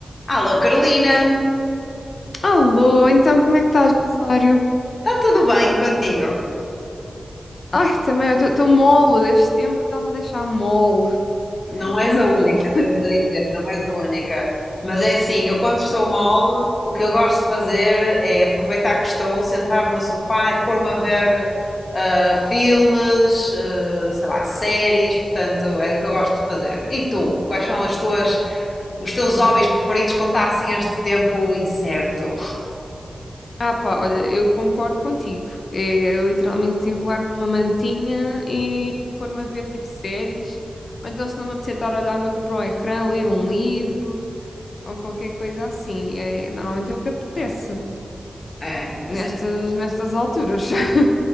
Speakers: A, on the left; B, on the left.
A: Alô, Carolina,
B: Alô, então como é que estás, Rosário?
A: está tudo bem contigo?
B: Ai, também, eu estou mole, este tempo está-me a deixar mole,
A: Não
B: <laughs>
A: és
B: muito
A: a única,
B: mole.
A: tenho que dizer, não és a única. Mas é assim, eu quando estou mal, o que eu gosto de fazer é aproveitar que estou, sentar-me no sofá e pôr-me a ver ah, filmes, ah, sei lá, séries, portanto, é o que eu gosto de fazer. E tu, quais são as tuas, os teus hobbies preferidos quando está assim este tempo incerto?
B: Ah pá, olha, eu concordo contigo, é literalmente enrolar numa mantinha e pôr-me a ver tipo séries, ou então se não me apetecer estar a olhar muito para o ecrã, ler um livro, ou qualquer coisa assim, é, normalmente é o que apetece,
A: É,
B: nestas,
A: sim.
B: nestas alturas. <laughs>